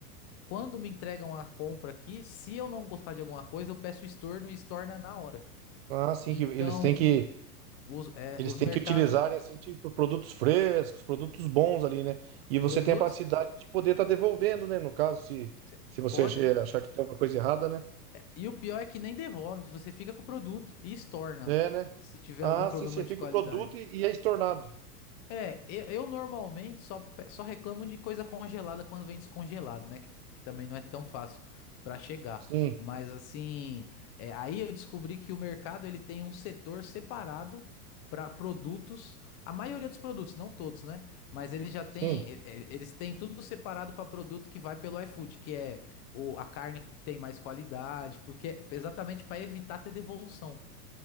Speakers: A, on the left; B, on the right.
A: quando me entregam a compra aqui, se eu não gostar de alguma coisa, eu peço estorno e estorna na hora.
B: Ah, sim,
A: Então,
B: que eles têm que.
A: os, é,
B: Eles
A: os
B: têm
A: mercados,
B: que utilizar assim, tipo, produtos frescos, produtos bons ali, né? E você
A: produtos,
B: tem a capacidade de poder estar devolvendo, né? No caso, se,
A: cê
B: se você
A: pode.
B: ache- achar que tem alguma coisa errada, né?
A: E o pior é que nem devolve, você fica com o produto e estorna,
B: É, né?
A: se tiver
B: Ah,
A: algum problema
B: sim, você
A: de
B: fica
A: qualidade.
B: o produto e, e é estornado.
A: É, eu, eu normalmente só, pe- só reclamo de coisa congelada quando vem descongelado, né? Que, que também não é tão fácil pra chegar.
B: Sim,
A: Mas assim, é, aí eu descobri que o mercado ele tem um setor separado pra produtos. A maioria dos produtos, não todos, né? Mas ele já tem,
B: sim.
A: e- e- eles têm tudo separado pra produto que vai pelo iFood, que é o, a carne que tem mais qualidade, porque exatamente pra evitar ter devolução.